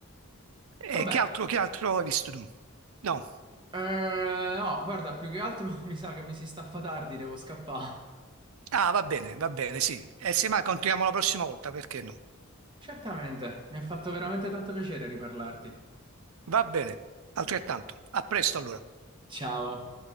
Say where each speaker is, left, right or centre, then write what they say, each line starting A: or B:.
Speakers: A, on the right; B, on the right.
A: E
B: Vabbè,
A: che altro, che altro hai visto tu? No.
B: eh, no, guarda, più che altro <laughs> mi sa che mi si staffa tardi, devo scappare.
A: Ah, va bene, va bene, sì. E se mai continuiamo la prossima volta, perché no?
B: Certamente, mi ha fatto veramente tanto piacere riparlarti.
A: Va bene, altrettanto. A presto allora.
B: Ciao.